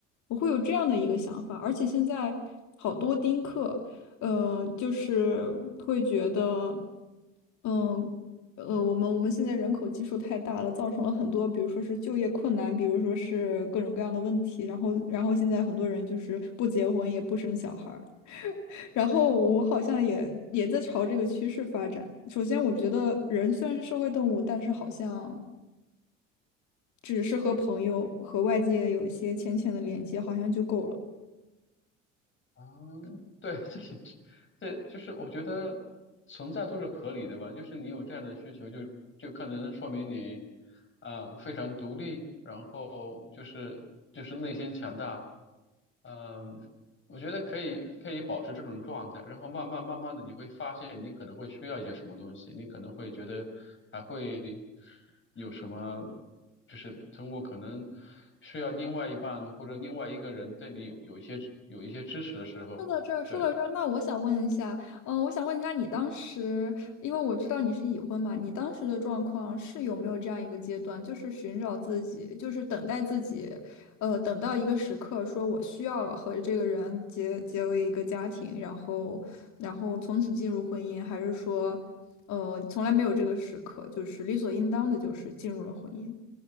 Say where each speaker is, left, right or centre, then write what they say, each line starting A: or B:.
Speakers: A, on the left; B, on the left.
A: 我会有这样的一个想法，而且现在好多丁克，呃，就是会觉得，嗯，呃，我们我们现在人口基数太大了，造成了很多，比如说是就业困难，比如说是各种各样的问题，然后然后现在很多人就是不结婚也不生小孩儿。然后我好像也也在朝这个趋势发展。首先，我觉得人虽然是社会动物，但是好像只是和朋友和外界有一些浅浅的连接，好像就够了。
B: 嗯，对，<laughs> 这也是这就是我觉得存在都是合理的吧。就是你有这样的需求就，就可能说明你，啊、非常独立，然后就是就是内心强大。嗯，我觉得可以可以保持这种状态，然后慢慢慢慢的你会发现你可能会需要一些什么东西，你可能会觉得还会有什么，就是通过可能需要另外一半或者另外一个人对你有有一些有一些支持的时候，
A: 说到这儿，说到这儿，
B: 对。
A: 那我想问一下，嗯、我想问一下，你当时，因为我知道你是已婚嘛，你当时的状况是有没有这样一个阶段，就是寻找自己，就是等待自己，呃，等到一个时刻，说我需要和这个人结结为一个家庭，然后，然后从此进入婚姻，还是说，呃，从来没有这个时刻，就是理所应当的，就是进入了婚姻？